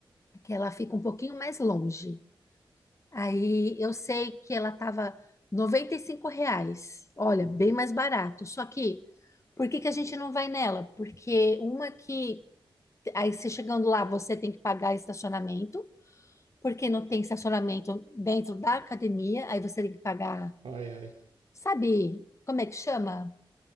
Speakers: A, on the left (about 30°); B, on the right (about 85°).
A: que ela fica um pouquinho mais longe. Aí eu sei que ela estava 95 reais. Olha,
B: Uhum.
A: bem mais barato. Só que, por que que a gente não vai nela? Porque uma que. Aí você chegando lá, você tem que pagar estacionamento, porque não tem estacionamento dentro da academia, aí você tem que pagar
B: Ai, ai.
A: Sabe como é que chama?